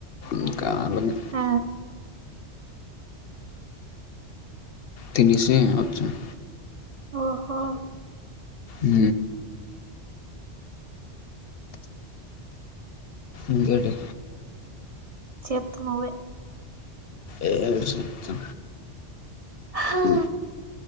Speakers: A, on the left (about 65°); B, on the right (about 35°).
A: ఇంకా అలాగే
B: ఆ
A: తినేసి వచ్చాను
B: ఒహో
A: ఊ ఇంకేటే
B: చెప్ నువ్వె
A: ఏటి చెప్తా
B: హా
A: ఉ